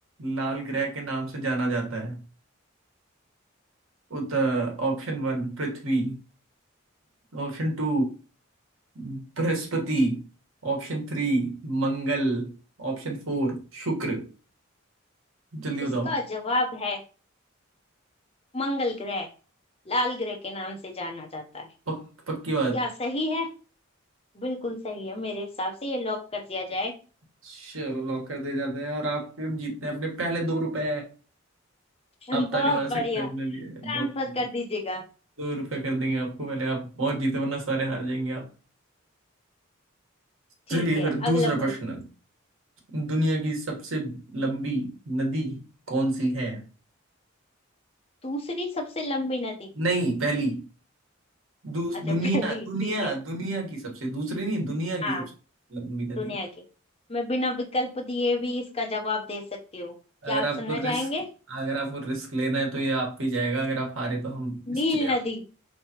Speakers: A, on the right (about 75°); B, on the left (about 30°).
A: लाल ग्रह के नाम से जाना जाता है उत ऑप्शन वन पृथ्वी ऑप्शन टू बृहस्पति ऑप्शन थ्री मंगल ऑप्शन फोर शुक्र जल्दी
B: इसका
A: बताओ
B: जवाब है मंगल ग्रह लाल ग्रह के नाम से जाना जाता है
A: पक, पक्की बात
B: क्या सही है बिल्कुल सही है मेरे हिसाब से ये लॉक कर दिया जाए
A: चलो लॉक कर दे जाते हैं और आप फिर जीतते हैं अपने पहले दो रुपए
B: <laughs>
A: आप
B: बहुत
A: ताली मार सकते
B: बढ़िया
A: हैं अपने लिए
B: ट्रांसफर
A: बहुत दो
B: कर दीजिएगा
A: रुपए कर देंगे आपको पहले आप और जीते वरना सारे हार जाएंगे आप
B: ठीक
A: चलिए
B: है
A: फिर दूसरा
B: अगला पूछो
A: प्रश्न दुनिया की सबसे लंबी नदी कौन सी है
B: दूसरी सबसे लंबी नदी
A: नहीं पहली दू,
B: अच्छा
A: दुनिया
B: पहली
A: दुनिया
B: ठीक है
A: दुनिया की सबसे दूसरी नहीं दुनिया
B: हाँ
A: की सबसे लंबी नदी
B: दुनिया की मैं बिना विकल्प दिए भी इसका जवाब दे सकती हूँ
A: अगर
B: क्या आप
A: आपको
B: सुनना चाहेंगे
A: रिस्क अगर आपको रिस्क लेना है तो ये आप भी जाएगा अगर आप हारे तो हम इस
B: नील
A: पे आप
B: नदी